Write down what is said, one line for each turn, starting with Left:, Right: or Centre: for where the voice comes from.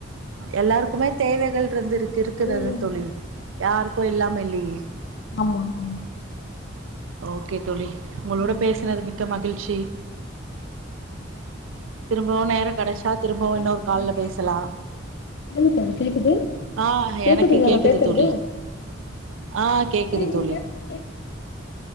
Right: எல்லாருக்குமே தேவைகள் இருந்துருக்கு இருக்குது
Left: ம்
Right: அது தோழி யாருக்கு இல்லாம இல்லையே
Left: ஆஹ
Right: ஓகே தோழி உங்களோட
Left: ம்
Right: பேசுனது
Left: சொல்லுங்க தோழி
Right: மிக்க மகிழ்ச்சி திரும்பவு நேரோ கெடைச்சா திரும்பவு
Left: சொல்லுங்க
Right: இன்னொரு கால்ல
Left: தோழி கேக்குது
Right: பேசலா
Left: சொல்லுங்க தோழி கேக்குது
Right: ஆ
Left: கேக்குதுங்களா
Right: எனக்கு கேக்குது
Left: நா பேசுறது
Right: தோழி ஆ கேக்குது
Left: நீங்க
Right: தோழி
Left: பேசுறது